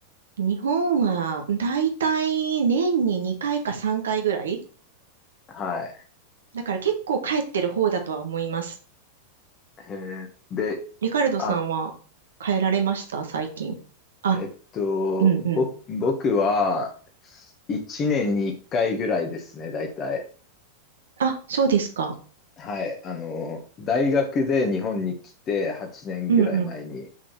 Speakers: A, on the right; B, on the left.
A: 日本は、だいたい年に2回か3回ぐらい
B: はい。
A: だから結構帰ってる方だとは思います。
B: えーで、
A: リカルドさんは帰られました最近。
B: あ、
A: あ、
B: えっと、
A: うんうん。
B: ぼ、僕は1年に1回ぐらいですね、だいたい。
A: あ、そうですか。
B: はい、あの、大学で日本に来て8年ぐらい前に、
A: うんうん